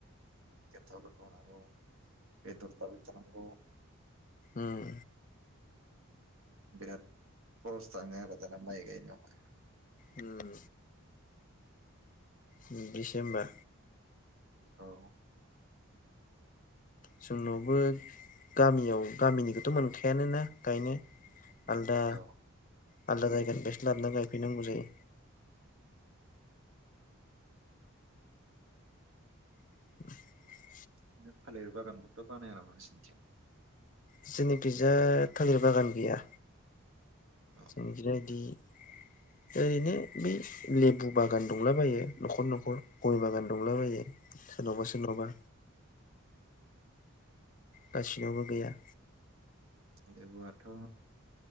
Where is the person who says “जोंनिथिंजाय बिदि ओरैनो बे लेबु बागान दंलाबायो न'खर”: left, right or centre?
Left